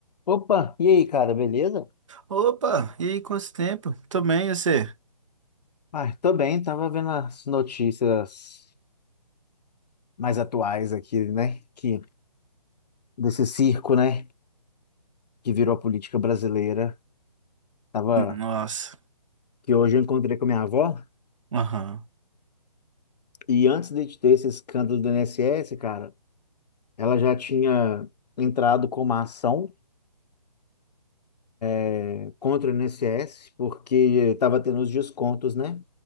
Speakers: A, on the left; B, on the right.
A: Opa, e aí, cara, beleza?
B: Opa, e aí, quanto tempo? Tô bem, e você?
A: Ah, tô bem, tava vendo as notícias mais atuais aqui, né? Que desse circo, né? Que virou a política brasileira. Tava
B: Nossa,
A: que hoje eu encontrei com a minha avó
B: aham,
A: e antes de ter esse escândalo do INSS, cara, ela já tinha entrado com uma ação eh, contra o INSS porque tava tendo os descontos, né?